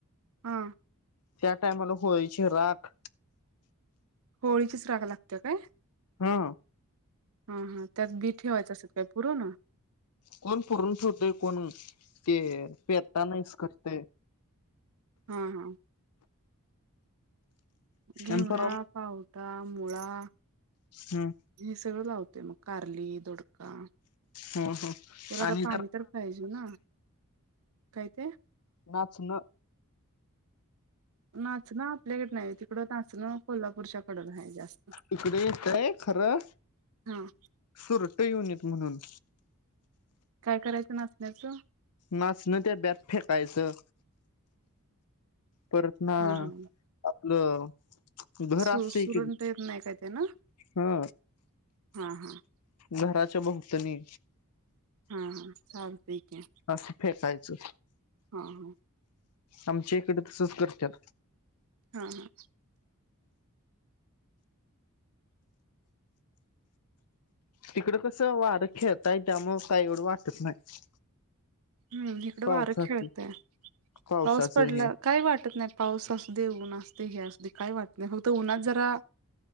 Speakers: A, on the right; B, on the left.
A: हा
B: त्या टाइमाला, होळीची राख.
A: होळीचीच राख लागतीया काय?
B: हा.
A: हा, हा त्यात बी ठेवायचं असतं काय पुरून?
B: कोण पुरून ठेवतोय, कोण ते पेठाण इसकटतंय.
A: हा हा. घेवडा,
B: आणि परवा
A: पावटा, मुळा,
B: हम्म.
A: हे सगळं लावतोय. मग कारली, दोड त्याला
B: हम्म
A: आता
B: आणि
A: पाणी
B: जरा
A: तर पाहिजे ना. काय ते
B: नाचण
A: नाचणं आपल्याकड नाही. तिकडं नाचणं कोल्हापूरच्या कडन आहे जास्त
B: इकडे येतय खरं.
A: हा
B: सुरट येऊ नयेत म्हणून,
A: काय करायचं नाचण्याच?
B: नाचण डब्यात फेकायचं. परत ना
A: हा हा
B: आपलं घर
A: सु
B: असते
A: सुरण
B: कि
A: ते नाही काय ते ना?
B: हा.
A: हा हा.
B: घराच्या भोवतीने
A: हा हा चालते की,
B: अस फेटायचं.
A: हा हा.
B: आमच्या इकडे तसच करत्यात.
A: हा हा.
B: तिकडं कसं वारं खेळताय त्यामूळ काही एवढं वाटत नाही.
A: हम्म. इकडं
B: पावसाच
A: वारं खेळतय.
B: पावसाचं
A: पाऊस पडला
B: हे
A: काय वाटत नाही. पाऊस असूदे. ऊन असुदे. हे असूदे काय वाटत नाही. फक्त उन्हात जरा